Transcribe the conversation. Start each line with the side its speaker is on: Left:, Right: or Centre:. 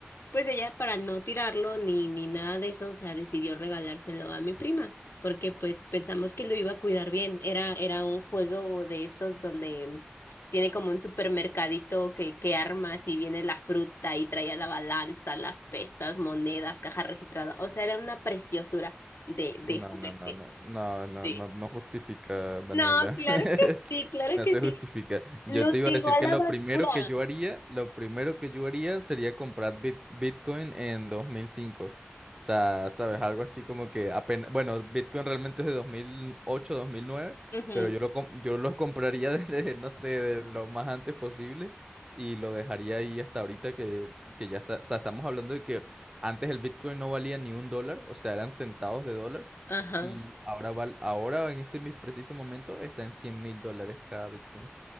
Left: pues ella para no tirarlo ni, ni nada de eso, o sea, decidió regalárselo a mi prima, porque pues pensamos que lo iba a cuidar bien. Era, era un juego de estos donde tiene como un supermercadito que, que armas y viene la fruta y traía la balanza, las pesas, monedas, caja registrada. O sea, era una preciosura de, de
Right: No,
Left: juguete.
Right: no, no, no, no, no,
Left: Sí.
Right: no, no justifica, Daniela.
Left: No, claro
Right: <laughs>
Left: que sí, claro
Right: No
Left: que
Right: se
Left: sí.
Right: justifica. Yo
Left: Lo
Right: te
Left: tiró
Right: iba a decir
Left: a
Right: que
Left: la
Right: lo
Left: basura.
Right: primero que yo haría, lo primero que yo haría sería comprar bit- Bitcoin en 2005. O sea, sabes, algo así como que apenas, bueno, Bitcoin realmente es de 2008, 2009,
Left: Ujú,
Right: pero yo lo, com- yo lo compraría <laughs> desde, no sé, de lo más antes posible y lo dejaría ahí hasta ahorita que, que ya está, o sea, estamos hablando de que antes el Bitcoin no valía ni un dólar, o sea, eran centavos de dólar.
Left: Ajá.
Right: Y ahora, val- ahora en este mi- preciso momento está en cien mil dólares cada Bitcoin.